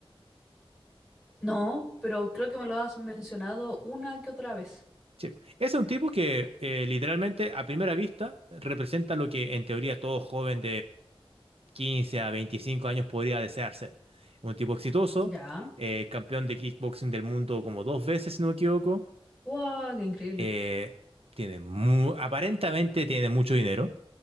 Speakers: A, in the centre; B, on the right (about 80°).
A: No, pero creo que me lo has mencionado una que otra vez.
B: Sí. Es un tipo que eh, literalmente a primera vista representa lo que en teoría todo joven 15 a 25 años podría desear ser. Un tipo exitoso,
A: Ya.
B: eh, campeón de kickboxing del mundo como dos veces, si no me equivoco.
A: ¡Wow! ¡Qué increíble!
B: Eh, tiene mu- aparentemente tiene mucho dinero.